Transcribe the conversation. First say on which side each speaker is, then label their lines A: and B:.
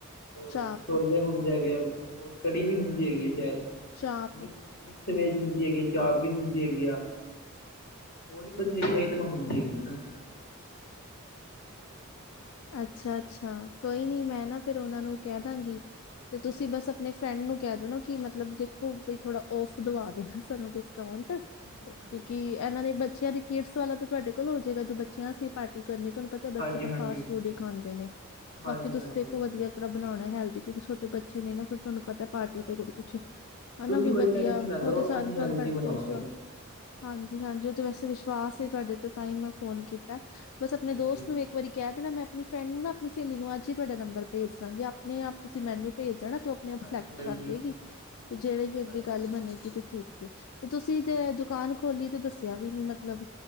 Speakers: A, on the left (about 50°); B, on the left (about 75°).
A: ਹੋਰ
B: ਚਾਪ
A: ਛੋਲੇ ਹੁੰਦੇ ਹੈਗੇ ਆ, ਹੋਰ ਕੜੀ ਵੀ ਹੁੰਦੀ ਹੈਗੀ ਆ ਸ਼ਾਏਦ--ਮਿ
B: ਚਾਪ
A: ਮਿਕਸ ਵੈਜ ਹੁੰਦੀ ਹੈਗੀ ਆ, ਚਾਪ ਵੀ ਹੁੰਦੀ ਹੈਗੀ ਆ ਹੋਰ ਵੀ ਬਥੇਰੀ ਆਈਟਮਾਂ ਹੁੰਦੀ ਹੈਗੀਆਂ ਨਾ।
B: ਅੱਛਾ-ਅੱਛਾ ਕੋਈ
A: ਹਾਂਜੀ
B: ਨੀ
A: ਹਾਂਜੀ
B: ਮੈਂ ਨਾ ਫਿਰ ਓਨਾਂ ਨੂੰ ਕੈ ਦਾਂਗੀ ਫੇਰ ਤੁਸੀਂ ਬਸ ਆਪਣੇ ਫਰੈਂਡ ਨੂੰ ਕੈ -ਦੋ -ਨਾ ਕੀ ਮਤਲਬ ਦੇਖੋ ਬਈ ਥੋੜਾ ਔਫ ਦਵਾ ਦੇਣਾ ਸਾਨੂੰ ਡਿਸਕਾਊਂਟ
A: ਹਾਂਜੀ ਹਾਂਜੀ
B: ਕਿਉਂਕਿ
A: ਉਹ ਤਾਂ
B: ਏਨਾਂ ਨੇ ਬੱਚੇਆਂ ਦੀ ਕਿਡਸ ਵਾਲਾ ਤੇ ਤੁਹਾਡੇ ਕੋਲ ਹੋ ਜਾਏਗਾ, ਜੋ ਬੱਚੇਆਂ ਅਸੀਂ ਪਾਰਟੀ ਕਰਨੀ ਤੁਆਨੂੰ ਪਤਾ ਬੱਚੇ
A: ਹਾਂਜੀ
B: ਤਾਂ
A: ਹਾਂਜੀ
B: ਫਾਸਟ ਫੂਡ ਈ ਖਾਂਦੇ ਨੇ
A: ਹਾਂਜੀ
B: ਬਾਕੀ ਤੁਸੀਂ
A: ਹਾਂਜੀ
B: ਦੇਖੋ ਵਧੀਆ ਤਰ੍ਹਾਂ ਬਣਾਉਣਾ ਹੈਲਦੀ, ਕਿਉਂਕਿ ਛੋਟੇ ਬੱਚੇ ਨੇ ਨਾ ਫਿਰ ਤੁਆਨੂੰ ਪਤਾ ਪਾਰਟੀ
A: ਹਾਂਜੀ
B: ਤੇ ਸਭ ਕੁਛ ਹੋਨਾ
A: ਤੁਸੀਂ
B: ਵੀ
A: ਕੋਈ
B: ਵਧੀਆ
A: ਟੈਨਸ਼ਨ ਨਾ ਲਓ
B: ਉਹ ਤੇ ਸਾਰਾ
A: ਅਸੀਂ ਹੈਲਥੀ
B: ਹੁਨ ਤੁਆਡੇ
A: ਬਣਾਵਾਂਗੇ
B: ਤੇ ਵਿਸ਼ਵਾਸ
A: ਸਰ
B: ਹਾਂਜੀ- ਹਾਂਜੀ ਓ ਤੇ ਵੈਸੇ ਵਿਸ਼ਵਾਸ ਸੀ ਤੁਹਾਡੇ ਤੇ ਤਾਂ ਈ ਮੈਂ ਫ਼ੋਨ ਕੀਤਾ ਬਸ ਆਪਣੇ
A: ਹਾਂਜੀ
B: ਦੋਸਤ ਨੂੰ ਵੀ ਇੱ ਇੱਕ ਵਾਰੀ ਕੈ ਦੇਨਾ ਮੈਂ ਆਪਣੀ ਫਰੈਂਡ ਨੂੰ ਨਾ ਆਪਣੀ ਸੇਲੀ ਨੂੰ ਅੱਜ ਈ ਤੁਆਡਾ ਨੰਬਰ ਭੇਜ ਦਾਂਗੀ ਆਪਣੇ ਆਪ ਤੁਸੀਂ
A: ਹਾਂਜੀ
B: ਮੈਨਿਊ ਭੇਜ ਦੇਣਾ ਤੇ ਓ ਆਪਣੇ ਆਪ
A: ਹਾਂਜੀ
B: ਸਿਲੈਕਟ
A: ਹਾਂਜੀ
B: ਕਰ
A: ਹਾਂਜੀ
B: ਦੇਗੀ ਤੇ ਜੇੜੀ ਵੀ ਅੱਗੇ
A: ਹਾਂਜੀ
B: ਗੱਲ ਬਣੇਗੀ ਤੇ ਠੀਕ ਤੇ ਤੁਸੀਂ ਜੇ
A: ਹਾਂਜੀ
B: ਦੁਕਾਨ ਖੋਲੀ ਤੇ ਦੱਸਿਆ ਵੀ ਨੀ ਮਤਲਬ